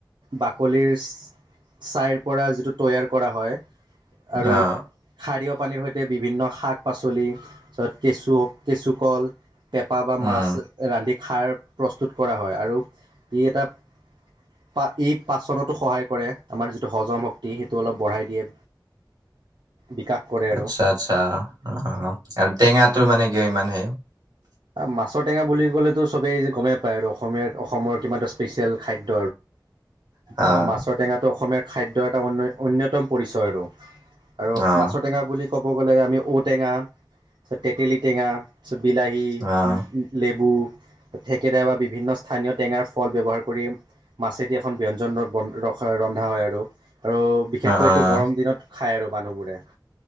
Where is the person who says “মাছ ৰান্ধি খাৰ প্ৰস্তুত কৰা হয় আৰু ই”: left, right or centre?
Right